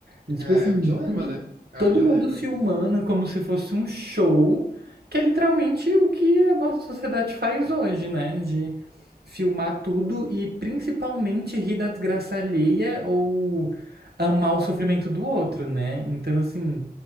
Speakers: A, on the right (about 85°); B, on the right (about 70°).
A: E, tipo
B: É,
A: assim,
B: é um dilema, né? É
A: Todo
B: um dilema.
A: mundo filmando como se fosse um show, que é literalmente o que a nossa sociedade faz hoje, né? De filmar tudo e principalmente rir da desgraça alheia ou amar o sofrimento do outro, né? Então, assim,